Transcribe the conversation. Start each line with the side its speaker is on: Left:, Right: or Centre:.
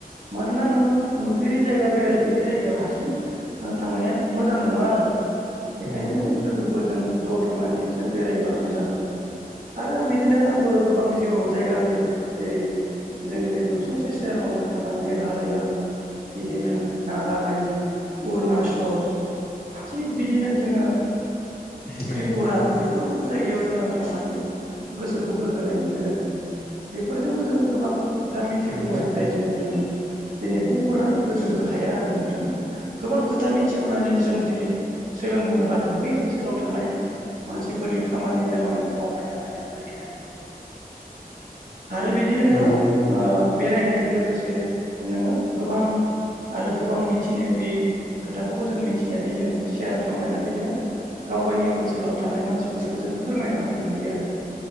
Right: मानोना नोङो नुफेरि जायगा बेरायफेरि जायगायाव हारसिं थांनाया मोजां नङा आरो। बेखायनो
Left: नंगौ
Right: नोङो लोगोफोरजों ज' थांनानै नोंसोर बेरायबा मोजां आरो आं बिदिनो आंबो गोबां जिउआव जायगा बेरायबाय जेरै जोंनि बे नुसुंसे सहेरावनो थानाय मेघालया बिदिनो नागालेण्ड, अरुनाचल थिग बिदिनो जोङो
Left: नंगौ
Right: त्रिपुरा बेफोर रोखोम जायगायाव जोङो थांनानै गोसोखौ गोजोननाय मोनदों आरो बेफोरजोंबो जोङो गोबां खोथा मिथिबोबाय।
Left: नंगौ नंगौ
Right: जाय जों जोङो दिनै बुंफोरनानै होजोबनो हाया आरो नोंथां। गोबां खोथा मिथिबोनानै जों दिनै सोलोंबोनो हादों बै ओनसोलाव थानाय मानसिफोरनि खामानि दामानि मावनाय दांनाया बोरैहाय आरो बिदिनो नोङो
Left: नंगौ
Right: बेरायनायजों लोगोसे नोङो गोबां आरो गोबां मिथिनो गैयि खोथाखौबो जों मिथिनानै जोङो सेयार खामलायनानै जोङो गाव गावनि ओनसोलाव थानाय मानसिफोरनोबो जों फोरमायना होनो हायो आरो।